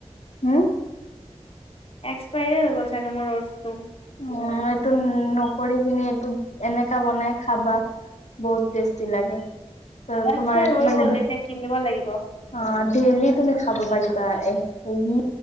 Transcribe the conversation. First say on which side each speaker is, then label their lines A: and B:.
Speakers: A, on the left (about 75°); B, on the left (about 55°).
A: উম'
B: এক্সপাইৰে হৈ গ'ল চাগে মোৰ অ'টচটো।
A: উম' এইটো নকৰি কিনে, এইটো এনেকা বনাই খাবা। বহুত টেষ্টি লাগে। ত'
B: এক্সপায়াৰ
A: তোমাৰ
B: হৈ
A: মানে
B: গ'ল এতিয়া কিনিব লাগিব।
A: অ' ডেইেলি তুমি খাব পাৰিবা। এক চেনি